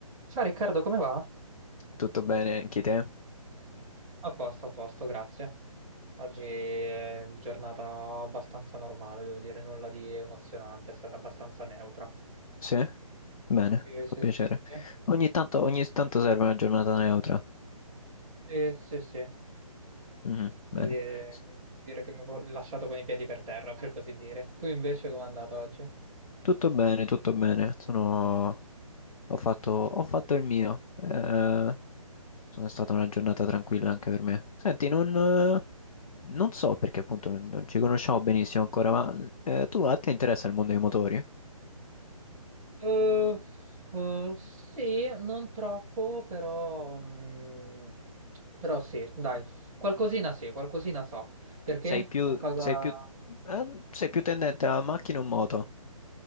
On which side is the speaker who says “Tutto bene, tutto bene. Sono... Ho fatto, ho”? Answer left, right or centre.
Left